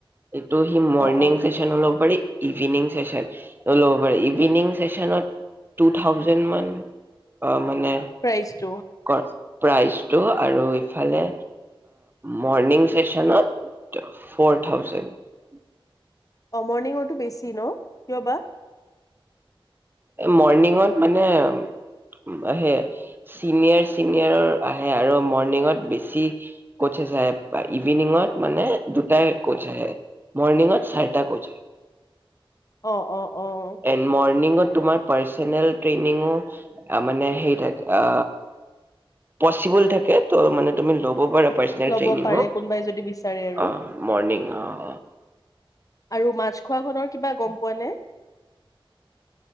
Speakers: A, on the right (about 20°); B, on the left (about 35°).
A: এইটো সি মৰ্ণিং
B: অ', অ',
A: চেচন ল'ব পাৰি ইভিনিং ছেছন ও লব পাৰি ইভিনিং ছেছন ত টুথাউজেণ্ড মান মানে
B: প্ৰাইচটো
A: কৰে প্ৰাইজটো আৰু ইফালে মৰনিং চেচনত ফ'ৰ থাউজেণ্ড
B: অ মৰ্ণিঙতো বেছি ন কিয় বা
A: মৰ্ণিঙত মানে হে চিনিয়ৰ চিনিয়ৰ আহে আৰু মৰ্ণিঙত বেছি কোচছ আহে ইভিনিঙত মানে দুটাই কোচ আহে মৰ্ণিঙত চাৰিটা কোচ আহে
B: অ', অ', অ',
A: এনড মৰ্ণিঙত তোমাৰ পাৰ্ছনেল টেৰ্ণিংও মানে হেৰি থাকে অ পচিবল থাকে মানে তুমি লব পাৰা পাৰ্চনেল
B: ল'ব
A: ট্ৰেইনিংঙো
B: পাৰে কোনোবাই যদি বিচাৰে আৰু।
A: অ মৰ্ণিং অ
B: আৰু মাছখোৱা খনৰ কিবা গম পোৱা নে